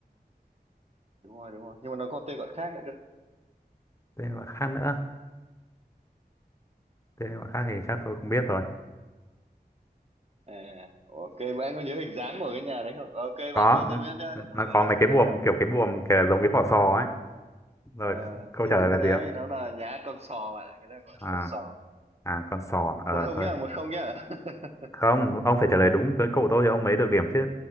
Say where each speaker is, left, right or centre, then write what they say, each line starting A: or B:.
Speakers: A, on the right; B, on the left.
A: đúng rồi đúng rồi nhưng mà nó có tên gọi khác nữa cơ
B: Tên gọi khác nữa. Tên gọi khác thì chắc tôi không biết rồi.
A: à, ok bạn có nhớ hình dáng của cái nhà đấy không ok
B: Có.
A: bạn thua
B: n-
A: câu nhất nhá
B: n-
A: để tôi
B: Nó
A: gợi
B: có mấy
A: ý
B: cái buồm
A: ra
B: kiểu cái buồm kiểu giống cái vỏ sò ấy. Rồi,
A: Ờ,
B: c- câu
A: thì
B: trả
A: đúng
B: lời là
A: rồi
B: gì
A: đấy
B: ạ?
A: nó là nhà hát con sò bạn ạ người ta gọi
B: À,
A: là con sò
B: à con sò. Ờ
A: một không
B: thôi.
A: nhá một không nhá <laughs>
B: Không, ông phải trả lời đúng tới câu của tôi thì ông mới được điểm chứ.